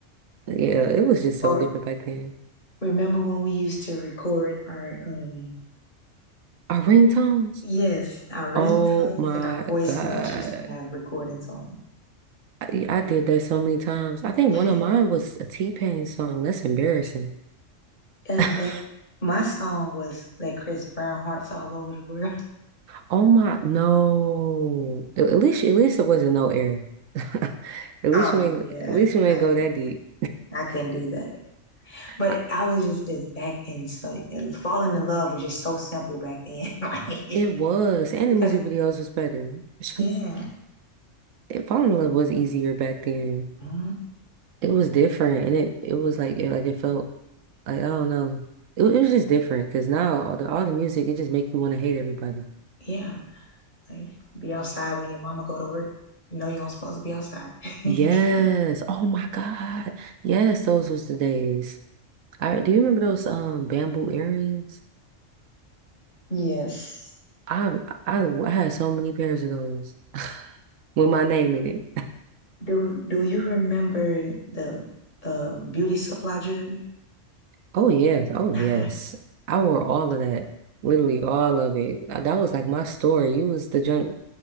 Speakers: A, on the right; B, on the left.
A: Yeah,
B: Mm.
A: it was just so
B: Or
A: different back then.
B: remember when we used to record our um
A: Our ringtones.
B: yes, our ringtones
A: Oh my
B: and our voicemails
A: God.
B: used to have recordings on
A: I, I did that so many times. I think
B: it.
A: one of mine
B: <laughs>
A: was a T-Pain song. That's embarrassing.
B: Uh,
A: <laughs>
B: that my song was that Chris Brown Hearts All Over the World.
A: Oh my, no. At at least, at least it wasn't no air. <laughs>
B: <laughs>
A: At least
B: Oh
A: you ain't,
B: yeah.
A: at least you ain't
B: I can
A: go that deep.
B: I couldn't do that. But
A: I,
B: I was just, just back in so and falling in love was just so simple back then. <laughs> like
A: it was, and
B: because
A: the music videos was better. <laughs>
B: yeah.
A: It- Falling in love was easier back then.
B: Mhm.
A: It was different, and it it was like it like it felt like I don't know. It, it was just different because now all the all the music it just make you want to hate everybody.
B: Yeah. Like be outside when your mama go to work. You know you aren't supposed to be outside. <laughs>
A: Yes. Oh my God. Yes, those was the days. I do you remember those um bamboo earrings?
B: Yes.
A: I I I had so many pairs of those <laughs> with my name in it.
B: Do do you remember the um, beauty supply jury?
A: Oh yes, oh yes.
B: <laughs> hmm
A: I wore all of that. Literally all of it. Uh, That was like my store. You was the junk